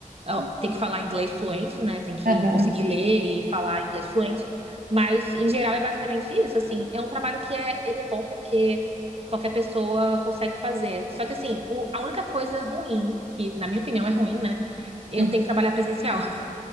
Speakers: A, on the right; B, on the right.
A: ó,
B: legal.
A: tem que falar inglês fluente, né? Tem que
B: Aham.
A: conseguir ler e falar inglês fluente. Mas, em geral, é basicamente isso. Assim, é um trabalho que é, ele é bom porque qualquer pessoa consegue fazer. Só que, assim, o, a única coisa ruim, que na minha opinião é ruim, né? Eu
B: Hum.
A: tenho que trabalhar presencial, <laughs>